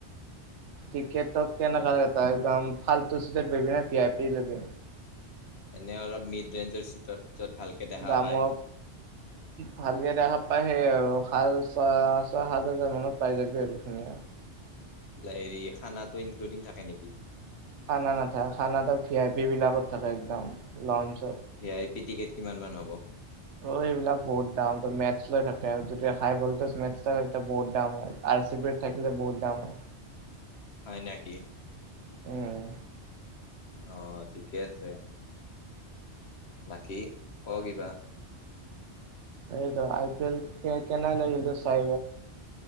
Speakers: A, on the right (about 80°); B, on the left (about 65°).
A: ক্ৰিকেত টোক কেনেকা লাগে একদম ফালতু seat V I P level?
B: এনে অলপ মিড ৰেঞ্জৰ চিত্ৰত য'ত ভালকে দেখা
A: দামৰ
B: পায়।
A: ভালকে দেখা পায় সে আৰু। ভাল ছয়-ছয় সাত হাজাৰ মানত পাই যাবি এইটো ধুনীয়া।
B: হেৰি খানাটো ইনক্লুডিং থাকে নেকি?
A: খানা নাথায়। খানা টোৰ ভি আই পি বিলাকত থাকে একদম লঞ্চত।
B: ভি আই পি টিকেট কিমান মান হ'ব?
A: অ, এইবিলাক বহুত দাম, ত মেথছ লৈ থাকে যদি হাই ভলটেজ মেথছ তেতিয়া বহত দাম হয়। পাৰ্টিপেট <unintelligible> <unintelligible> থাকিলে বহুত দাম হয়।
B: হৈ নেকি?
A: উম'।
B: অ', ঠিকেই আছে। বাকী ক কিবা?
A: এইটো আই পি এল কে কেনে লাগিলে চাই?